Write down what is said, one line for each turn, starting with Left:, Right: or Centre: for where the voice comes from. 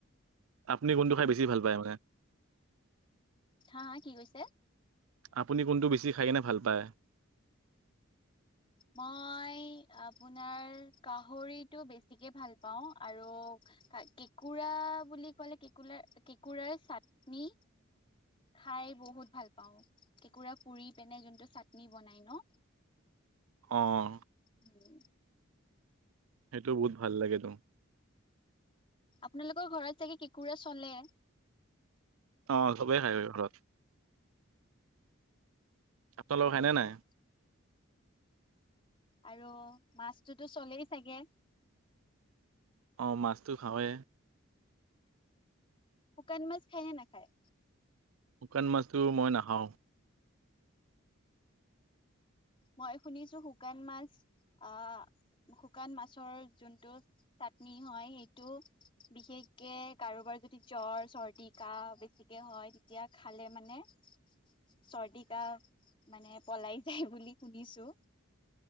Right: আপুনি কোনটো খাই বেছি ভাল পায় মানে
Left: হা হা কি কৈছে
Right: আপুনি কোনটো বেছি খাই কেনে ভাল পায়
Left: মই আপোনাৰ গাহৰিটো বেছিকে ভাল পাওঁ আৰু কেঁকোৰা বুলি ক'লে কেঁকোৰাৰ কেঁকোৰাৰ চাটনি খাই বহুত ভাল পাওঁ কেঁকোৰা পুৰি কেনে যোনটো চাটনি বনাই ন
Right: অ অ
Left: উম
Right: সেইটো বহুত ভাল লাগেত তো
Left: আপোনালোকৰ ঘৰত চাগে কেঁকোৰা চলে
Right: অঁ চবেই খায় বাৰু ঘৰত আপোনালোকৰ
Left: হয়
Right: খায়নে
Left: নেকি
Right: নাই
Left: আৰু মাছতোতো চলেই চাগে
Right: অঁ মাছটো খাওঁৱেই
Left: শুকান মাছ খায়নে নাখায়
Right: শুকান মাছটো মই নাখাওঁ
Left: মই শুনিছোঁ শুকান মাছ আহ শুকান মাছৰ যোনটো চাটনি হয় সেইটো বিশেষকে কাৰোবাৰ যদি জ্বৰ চৰ্দি কাহ বেছিকে হয় তেতিয়া খালে মানে চৰ্দি কাহ মানে পলাই যায় বুলি শুনিছোঁ